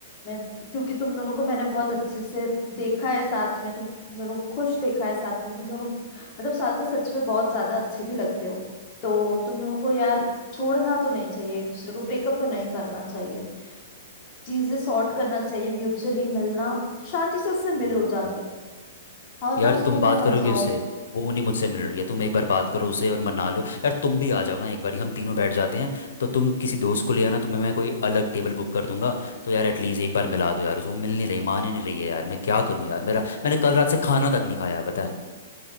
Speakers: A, on the left; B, on the left.
A: मैं क्योंकि तुम दोनों को मैंने बहुत अच्छे से देखा है साथ में तुम दोनों को खुश देखा है साथ में तुम दोनों मतलब साथ में सच में बहुत ज्यादा अच्छे भी लगते हो तो तुम दोनों को यार छोड़ना तो नहीं चाहिए एक दूसरे को ब्रेकअप तो नहीं करना चाहिए चीजें सॉर्ट करना चाहिए म्यूचुअली मिलना शांति से उससे मिलो
B: हम्म।
A: जाके और
B: यार
A: ना उसको
B: तुम बात
A: समझाओ
B: करोगे उससे वो नहीं मुझसे मिल रही है तुम एक बार बात करो उसे और मना लो यार तुम भी आ जाओ ना एक बार हम तीनों बैठ जाते हैं तो तुम किसी दोस्त को ले आना तुम्हें मैं कोई अलग टेबल बुक कर दूंगा तो यार एटलीस्ट एक बार मिला दो यार उसको, वो मिल नहीं रही मान ही नहीं रही है यार मैं क्या करूँ यार मेरा मैंने कल रात से खाना तक नहीं खाया पता है